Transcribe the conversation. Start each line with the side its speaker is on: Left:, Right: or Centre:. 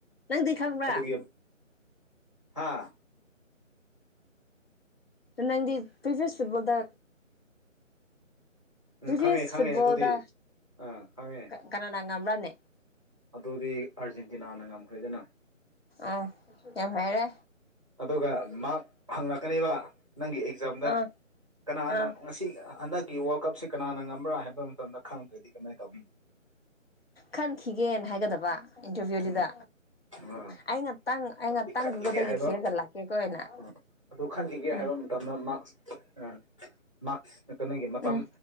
Left: ꯅꯪꯗꯤ ꯈꯪꯕ꯭ꯔꯥ
Right: ꯑꯗ ꯍꯥꯥ
Left: ꯅꯪꯗꯤ ꯄꯤꯚꯌꯁ ꯐꯨꯠꯕꯣꯜꯗ
Right: ꯎꯝ
Left: ꯄꯔꯤꯚꯌꯁ
Right: ꯈꯪꯉꯦ ꯈꯪꯉꯦ
Left: ꯐꯨꯠꯕꯣꯜꯗ
Right: ꯑꯗꯨꯗꯤ ꯑꯥ ꯈꯪꯉꯦ
Left: ꯀꯅꯥꯅ ꯉꯝꯕꯔꯅꯦ
Right: ꯑꯗꯨꯗꯤ ꯑꯥꯔꯖꯦꯟꯇꯤꯅꯥꯅ ꯉꯝꯈ꯭ꯔꯦꯗꯅ
Left: ꯑ ꯌꯥꯝ ꯃꯔꯦ
Right: ꯑꯗꯨꯒ ꯃꯍꯥꯛ ꯍꯪꯂꯛꯀꯅꯦꯕ ꯅꯪꯒꯤ ꯑꯦꯛꯖꯥꯝꯗ
Left: ꯑꯥ
Right: ꯀꯅꯥꯅ
Left: ꯑꯥ
Right: ꯉꯁꯤ ꯍꯟꯗꯛ ꯋꯥꯔꯜ ꯀꯞꯁꯤꯦ ꯀꯅꯥꯅ ꯉꯝꯕ꯭ꯔꯥ ꯍꯥꯏꯕ ꯃꯇꯝꯗ ꯈꯪꯗ꯭ꯔꯗꯤ ꯀꯃꯥꯏꯅ ꯇꯧꯅꯤ
Left: ꯈꯟꯈꯤꯒꯦꯅ ꯍꯥꯏꯒꯗꯕ ꯏꯟꯇꯔꯚꯤꯌꯨꯗꯨꯗ
Right: ꯎꯝ ꯑꯥ
Left: ꯑꯩ ꯉꯥꯛꯇꯪ ꯑꯩ ꯉꯥꯛꯇꯪ
Right: ꯄꯤꯛ ꯈꯟꯈꯤꯒꯦ
Left: ꯒꯨꯒꯜꯗꯒꯤ
Right: ꯍꯥꯏꯕꯣ
Left: ꯊꯤꯔꯒ ꯂꯥꯛꯀꯦꯀꯣ ꯍꯥꯏꯅ
Right: ꯎꯝ ꯑꯗꯨ ꯈꯟꯈꯤꯒꯦ
Left: ꯎꯝ
Right: ꯍꯥꯏꯕ ꯃꯇꯝꯗ ꯃꯥꯛꯁ ꯑ ꯃꯥꯛꯁ ꯀꯩꯅꯣꯒꯤ ꯃꯇꯝ
Left: ꯎꯝ